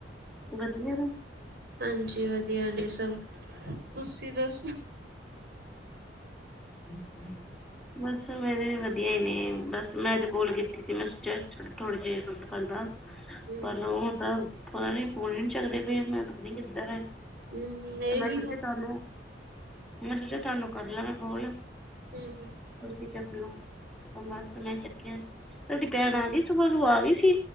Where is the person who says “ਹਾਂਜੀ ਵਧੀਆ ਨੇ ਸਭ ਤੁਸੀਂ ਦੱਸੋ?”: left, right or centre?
Right